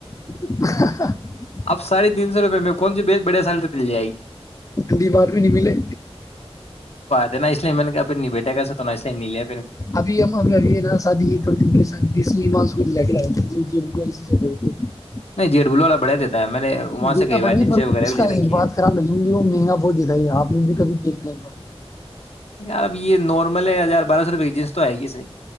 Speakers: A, on the left; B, on the left.
A: <inaudible>
B: اب ساڑے تین سو روپئے میں کون سی بیچ بڑیا ساریے تو مل جائے گی
A: بیمار بھی نہیں ملے
B: د ن اسلے ان کےےپ نبٹیک گ س تو نالے نلے
A: ابھی ہم ابھی نا سادیوڑی جا کے ج جب کر س سک <unintelligible>
B: نہیں جیٹ بلو والا بڑھا دیتا ہے میں نے وہاں
A: دیکھنا
B: سے کئی
A: پڑے
B: بار
A: گا
B: جنس
A: پر
B: وغیرہ
A: اس
B: بھی
A: کا
B: لے
A: ایک
B: رکھی
A: بات
B: ہیں
A: خراب لگی مجھے وہ مہنگا بہت دیتا ہے آپ لوگ بھی کبھی دیکھنا ایک بار
B: یار اب یہ نارمل ہے یار بار سوپ کی جس تو آئےی سر